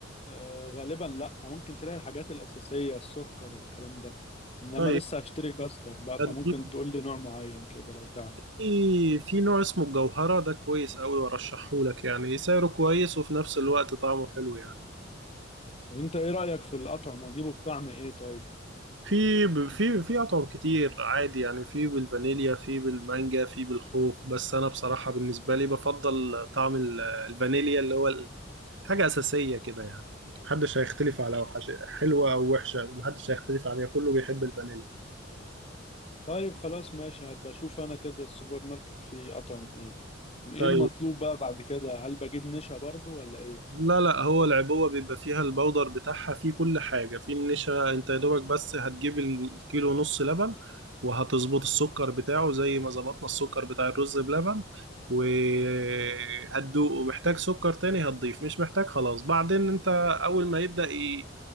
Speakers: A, on the left; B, on the right.
A: آه، غالبا لا ممكن تلاقي الحاجات الأساسية السكر والكلام ده انما
B: طيب
A: لسه هشتري كاستر بقى فممكن
B: هتجيب-
A: تقول لي نوع معين كده لو تعرف
B: في في نوع اسمه الجوهرة ده كويس قوي وارشحه لك يعني سعره كويس وفي نفس الوقت طعمه حلو يعني
A: طب انت ايه رأيك في الأطعمة اجيبه بطعم ايه طيب
B: في ب- في في اطعم كتير عادي يعني في بالفانيليا في بالمانجا في بالخوخ بس انا بصراحة بالنسبة لي بفضل طعم ال- الفانيليا اللي هو حاجة أساسية كده يعني محدش هيختلف على وحش حلوة أو وحشة محدش هيختلف عليها كله بيحب الفانيليا
A: طيب خلاص ماشي هبقى اشوف انا كده السوبر ماركت فيه اطعم ايه ايه
B: طيب
A: المطلوب بقى بعد كده هل بجيب نشا برضو ولا ايه
B: لا لا هو العبوة بيبقى فيها البودر بتاعها فيه كل حاجة فيه النشا انت يا دوبك بس هتجيب الكيلو ونص لبن وهتظبط السكر بتاعه زي ما ظبطنا السكر بتاع الرز بلبن وهتدوقه محتاج سكر تاني هتضيف مش محتاج خلاص بعدين انت أول ما يبدأ ي...